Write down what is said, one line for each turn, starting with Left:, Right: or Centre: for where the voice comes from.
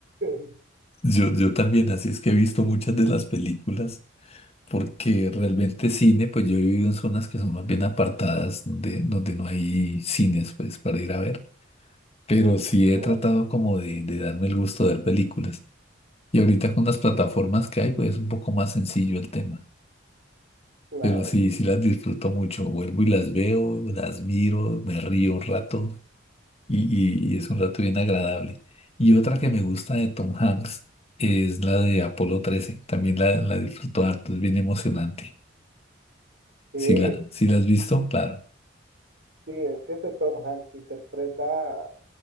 Right: tiempo. <laughs>
Left: Yo, yo también, así es que he visto muchas de las películas, porque realmente cine, pues yo he vivido en zonas que son más bien apartadas, donde, donde no hay cines, pues, para ir a ver. Pero sí he
Right: Claro,
Left: tratado como de, de darme el gusto de ver películas. Y ahorita con las plataformas que hay, pues es un poco más sencillo el tema.
Right: claro.
Left: Pero sí, sí las disfruto mucho. Vuelvo y las veo, las miro, me río un rato y, y- y es un rato bien agradable. Y otra que me gusta de Tom Hanks es la de Apolo 13. También la, la disfruto harto, es bien emocionante.
Right: Sí,
Left: Si la, si la has visto, claro.
Right: sí, es que ese Tom Hanks interpreta